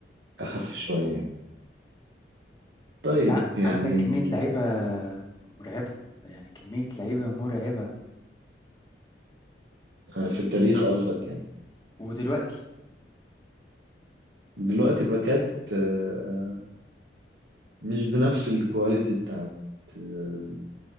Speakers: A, on the right (about 70°); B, on the left (about 20°).
A: اخف شويه يعني طيب
B: انت ع-
A: يعني
B: عندك كمية لعيبة مرعبة يعني كمية لعيبة مرعبة
A: آه، في التاريخ قصدك يعني
B: ودلوقتي
A: دلوقتي باكات آه، مش بنفس الكواليتي بتاعت آه،